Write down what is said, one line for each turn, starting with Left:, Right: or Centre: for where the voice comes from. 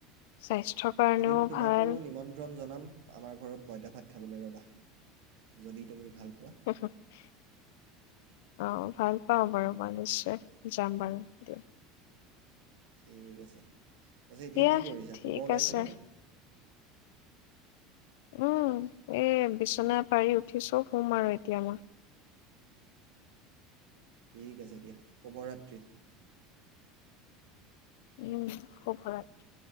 Left: স্বাস্থ্যৰ কাৰণেও
Right: এদিন তোমাকো
Left: ভাল।
Right: নিমন্ত্ৰণ জনাম আমাৰ ঘৰত পঁইতা ভাত খাবলৈ ৰ'বা, যদি তুমি ভাল পোৱা
Left: <unintelligible> অ, ভাল পাওঁ বাৰু মই নিশ্চয় যাম বাৰু দিয়।
Right: ঠিক আছে। আজি এতিয়া
Left: দিয়া
Right: কি কৰিছা,
Left: ঠিক
Right: শুব ওলাইছানে
Left: আছে
Right: নাই?
Left: উম, এই বিচনা পাৰি উঠিছো সোম আৰু এতিয়া মই।
Right: ঠিক আছে দিয়া, শুভৰাত্ৰি।
Left: উম, শুভৰাত্ৰি।